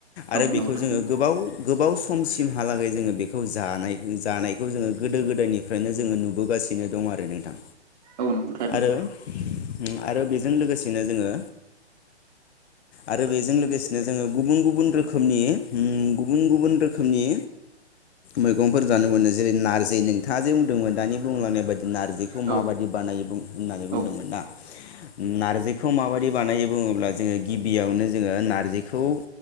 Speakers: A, on the right (about 35°); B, on the left (about 70°).
A: औ
B: आरो बेखौ
A: नंगौ थारैनो
B: जोङो गोबाव-गोबाव समसिमहालागै जोङो बेखौ जानाय-जानायखौ जोङो गोदो गोदायनि फ्रायनो जोङो नुबोगासिनो दं आरो नोंथां।
A: औ नंगौ थारैनो
B: आरो उम आरो बेजों लोगोसेनो जोङो आरो बेजों लोगोसेनो जोङो गुबुन गुबुन रोखोमनि गुबुन गुबुन रोखोमनि मैगंफोर जानो मोनो। जेरै नारजि नोंथाङा जे बुंदोंमोन दानि बुंलांनाय बादि नारजि माबायदि
A: औ
B: बानायो बुं होननानै
A: औ
B: बुंदोंमोन ना? नारजिखौ माबायदि बानायो बुङोब्ला जोङो गिबियावनो जोङो नार्जिखौ